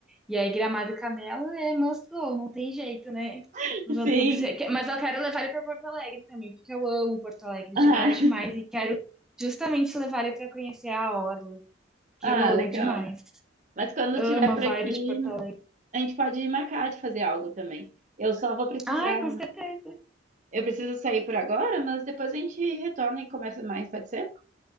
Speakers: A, in the centre; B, on the right.
A: E aí Gramado e Canela é must go, não tem jeito, né?
B: <laughs>
A: Vão
B: sim.
A: ter que ser, que- mas eu quero levar ele pra Porto Alegre também, porque eu amo Porto Alegre
B: Ah,
A: demais, demais e quero justamente levar ele pra conhecer a orla,
B: <laughs>
A: que
B: ah,
A: eu amo
B: legal.
A: demais.
B: Mas quando eu
A: Amo
B: estiver
A: a
B: por
A: vibe
B: aqui,
A: de Porto Alegre.
B: a gente pode marcar de fazer algo também. Eu só vou precisar.
A: Ai, com certeza.
B: Eu preciso sair por agora, mas depois a gente retorna e conversa mais, pode ser?